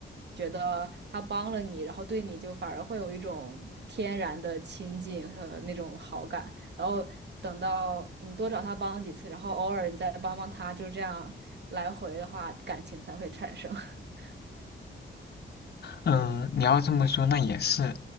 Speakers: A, on the right (about 60°); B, on the left (about 55°).
A: 觉得他帮了你，然后对你就反而会有一种天然的亲近和那种好感，然后等到你多找他帮几次，然后偶尔你再帮帮他，就这样。来回的话，感情才会产生。<laughs>
B: 嗯，呃你要这么说那也是，